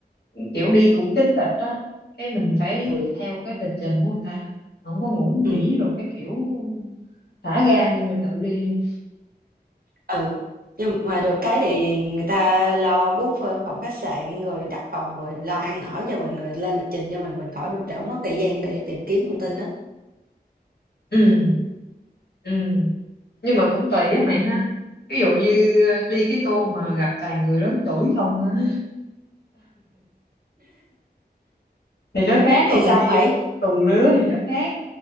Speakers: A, on the left (about 75°); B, on the right (about 60°).
A: kiểu đi cũng kín lịch á cái mình phải
B: ừ
A: theo cái lịch trình của người ta không có ngủ nghỉ
B: ừ
A: rồi cái kiểu thả ga như là tự đi luôn.
B: Ừ, nhưng mà được cái thì người ta lo book, ơ, phòng khách sạn, rồi đặt phòng, rồi lo ăn ở cho mình, rồi lên lịch trình cho mình, mình khỏi đỡ mất thời gian để tìm kiếm thông tin đó
A: ừ ừ nhưng mà cũng tùy á mày ha ví dụ như đi cái tour mà gặp toàn người lớn tuổi không á thì nó khác
B: Thì
A: còn
B: sao
A: đi
B: mày?
A: cùng lứa thì nó khác